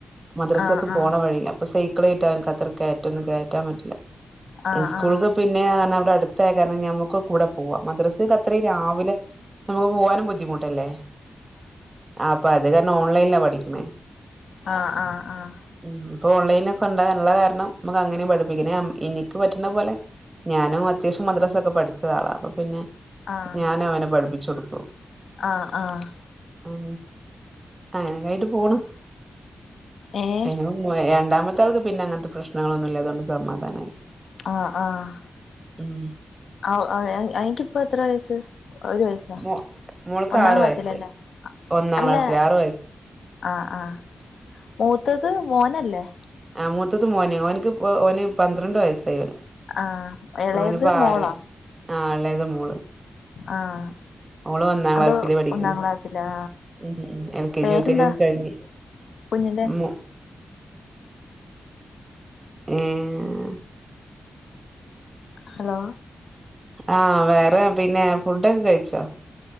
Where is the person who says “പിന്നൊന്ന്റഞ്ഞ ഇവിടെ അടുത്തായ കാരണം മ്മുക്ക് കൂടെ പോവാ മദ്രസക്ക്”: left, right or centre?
Right